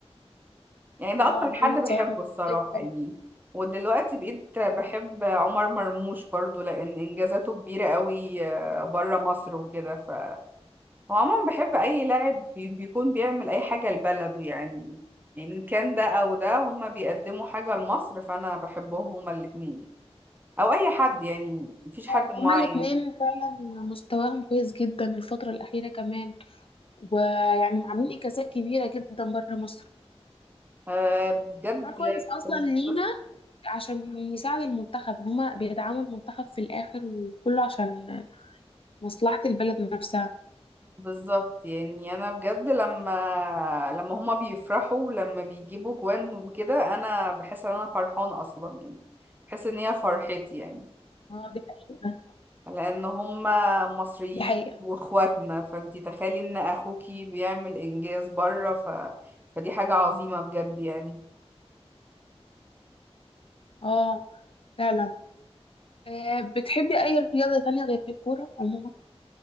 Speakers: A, on the right; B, on the left.
A: يعني ده
B: اه
A: اكتر
B: محمد
A: حد بحبه
B: صلاح ممتاز
A: الصراحة
B: جدا
A: يعني ودلوقتي بقيت بحب عمر مرموش برضو لان انجازاته كبيرة قوي بره مصر وكده هو عموما بحب اي لاعب بي- بيكون بيعمل اي حاجه لبلده يعني يعني ان كان ده او ده هما بيقدموا حاجه لمصر فانا بحبهم هما الاتنين يعني. او اي حد يعني مفيش حد
B: اه
A: معين
B: هما الاتنين فعلا مستواهم كويس جدا الفترة الأخيرة كمان ويعني عاملين إنجازات كبيرة جدا بره مصر
A: أه بجد
B: ده كويس أصلا لينا
A: بس-
B: عشان يساعد المنتخب إن هما بيدعموا المنتخب في الآخر وكله عشان مصلحة البلد نفسها
A: بالظبط يعني انا بجد لما لما هما بيفرحوا ولما بيجيبوا جوان وكده انا بحس ان انا فرحانه اصلا يعني بحس ان هي فرحتي يعني
B: اه دي حقيقة
A: لان هم مصريين
B: دي حقيقة
A: واخواتنا فانتي تخيلي ان اخوكي بيعمل انجاز بره ف... فدي حاجة عظيمة بجد يعني
B: اه فعلا آه بتحبي أي رياضة تانية غير الكورة عموما؟